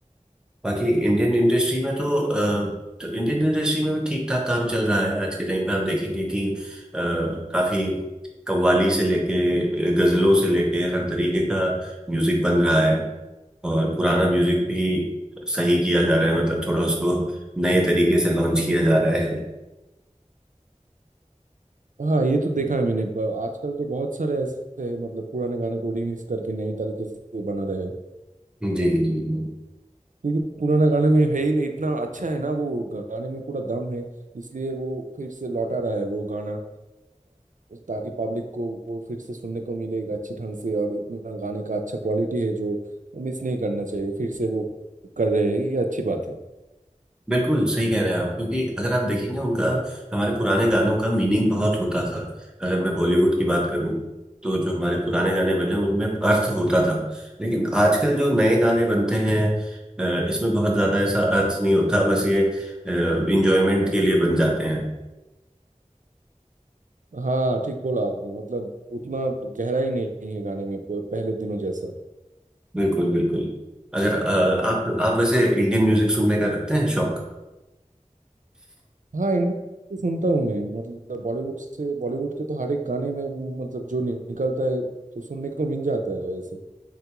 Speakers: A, in the centre; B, on the right.
A: बाकी इंडियन इंडस्ट्री में तो, अ, तो इंडियन इंडस्ट्री में भी ठीक ठाक काम चल रहा है आज के टाइम पे आप देखेंगे कि अ, काफी कव्वाली से लेके गजलों से लेके हर तरीके का म्यूजिक बन रहा है और पुराना म्यूजिक भी सही किया जा रहा है मतलब थोड़ा उसको नए तरीके से लॉन्च किया जा रहा है
B: हाँ ये तो देखा है मैंने ब- आजकल तो बहुत सारे ऐसे हैं, मतलब पुराने गाने को रिमिक्स करके नई तरीके से बना रहे हैं
A: जी जी जी
B: क्योंकि पुराना गाने में है ही नहीं इतना अच्छा है ना वो गाने में पूरा दम है इसलिए वो फिर से लौटा रहा है वो गाना आ, ताकि पब्लिक को वो फिर से सुनने को मिले अच्छी ढंग से और इतना गाने का अच्छा क्वालिटी है जो मिस नहीं करना चाहिए फिर से वो कर रहे हैं ये अच्छी बात है
A: बिल्कुल सही कह रहे हैं आप क्योंकि अगर आप देखेंगे उनका हमारे पुराने गानों का मीनिंग बहुत होता था अगर मैं बॉलीवुड की बात करूं तो जो हमारे पुराने गाने बने उनमें अर्थ होता था लेकिन आजकल जो नए गाने बनते हैं अ, इसमें बहुत ज्यादा ऐसा अर्थ नहीं होता बस ये इंजॉयमेंट के लिए बन जाते हैं
B: हाँ ठीक बोला आपने मतलब उतना गहराई नहीं है गाने में प- पहले दिनों जैसा
A: बिल्कुल बिल्कुल अगर अ, आप आप वैसे इंडियन म्यूजिक सुनने का रखते हैं शौक
B: हाँ इंडियन भी सुनता हूँ मैं मतलब बॉलीवुड से बॉलीवुड के तो हर एक गाने में मतलब जो निकलता है तो सुनने को मिल जाता है वैसे